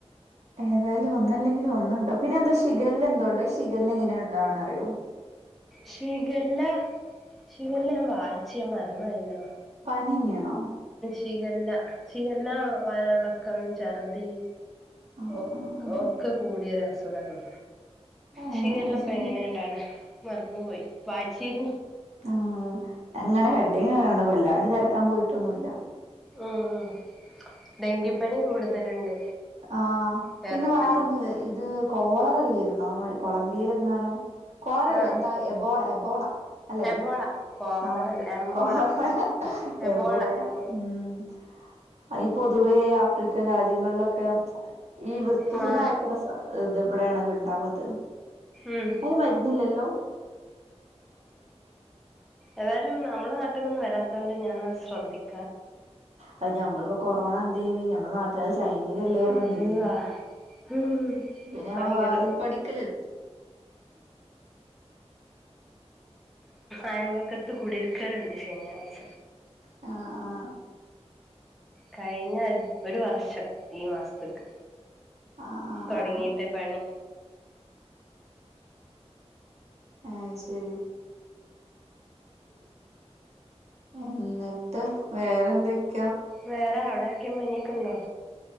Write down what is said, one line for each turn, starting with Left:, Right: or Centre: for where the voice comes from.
Right: ഏതായാലും ഒന്നല്ലെങ്കിലും ഒന്ന ണ്ടോ പിന്നെ എന്തോ ശിഖല എന്തോണ്ടോ ശിഖല എങ്ങനെ ഉണ്ടോണറിയോ
Centre: ശിഖല്ല ശിഖല്ല ഞാൻ വായിച്ച് ഞാൻ മറന്ന് പോയല്ലോ
Right: പനിന്നെയാണോ
Centre: ചികല്ല ചികല്ല വയളക്കം ഛർദി
Right: ആഹ്
Centre: ഒ
Right: ആഹ് ആഹ്
Centre: ഒക്കെ കൂടിയരു അസുഖങ്ങ
Right: ഏഹ്
Centre: ശിഖല്ലപ്പ
Right: അത് ശരി
Centre: എങ്ങനെയാണ്ടാണ് മറന്നുപോയി പാച്ചിൽ
Right: ഉ അങ്ങനെ ഹെഡ കൊല്ലാണ്ട് ര ക്കാൻ പോയിട്ടൊന്നുമില്ല
Centre: ആ ആ ഡെങ്കിപ്പനി കൂടുതലുണ്ട്
Right: ആഹ
Centre: കേരളത്തില്
Right: പിന്നെ വേറൊന്ന് ഇത് കോളറല്ലേയിന്നോ കൊളംബിയൽ എങ്ങാനോ കോളറല്ല
Centre: ആഹ്
Right: എന്താ എബോള ബോള അല്ലെ
Centre: എബോള കോളറല്ല
Right: ആഹ
Centre: എംബോള
Right: <unintelligible>
Centre: എബോള എബോ
Right: പൊതുവേ ആഫ്രിക്കൻ രാജ്യങ്ങളിലൊക്കെ ഒക്ക ഈ വൃത്തിഹീനായിക്കണ
Centre: മാ
Right: ഇത വിടെയാണല്ലോ ഉണ്ടാവത്
Centre: ഉം
Right: അയിന് മരുന്നില്ലല്ലോ
Centre: ഏതാലും നമ്മടെ നാട്ടിന്നൊന്ന് വരാ അതൊണ്ട് ഞാനത് ശ്രദ്ധിക്കും
Right: അത് ഞമ്മളിപ്പോ കൊറോണ എന്തയിനി ഞമ്മള നാട്ടിലൽ ചൈനയിലല്ലേര്ന്ന
Centre: അള്ളാ
Right: മെയ്ൻ
Centre: ഉം
Right: പിന്നെ ഞമ്മളെ
Centre: ഭയങ്കര
Right: വാതിൽ പടിക്കല്
Centre: അയൽവക്കത്ത് കുടിരിക്കലുണ്ട് ശനിയാഴ്ച
Right: ആ ആ
Centre: കഴിഞ്ഞ ഒരു വർഷം ഈ മാസത്തേക്ക്
Right: ആഹ്
Centre: തുടങ്ങിട്ട
Right: ആഹ്
Centre: പണി
Right: ആഹ ശരി എന്നിട്ട് വേറെന്തൊക്ക
Centre: വേറെ എവിടെ ഒക്കെ മനി കണ്ടോ